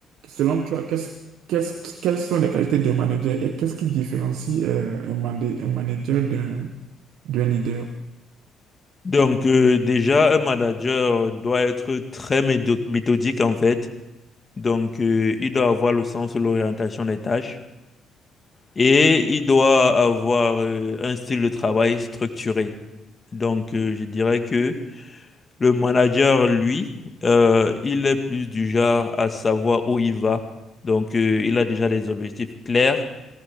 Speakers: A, on the right; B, on the left.
A: selon toi, qu'est-ce, qu'est-ce- quelles sont les qualités d'un manager et qu'est-ce qui différencie euh, un mané- un manager d'un d'un leader?
B: Donc, euh, déjà, un manager doit être très médo- méthodique, en fait. Donc, euh, il doit avoir le sens de l'orientation des tâches et il doit avoir euh, un style de travail structuré. Donc, euh, je dirais que le manager, lui, euh, il est plus du genre à savoir où il va. Donc, euh, il a déjà des objectifs clairs,